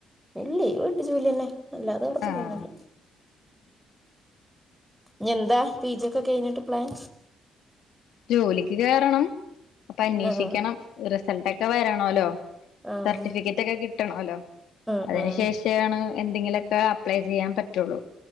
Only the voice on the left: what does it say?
ആഹ്
ജോലിക്ക് കേറണം അപ്പൊ അന്വേഷിക്കണം
റിസൾട്ട് ഒക്കെ വരണോലൊ
സർട്ടിഫിക്കറ്റ് ഒക്കെ കിട്ടണല്ലോ
അതിന്
ശേഷമാണ് എന്തെങ്കിലുമൊക്കെ അപ്ലൈ ചെയ്യാൻ പറ്റ പറ്റൊള്ളു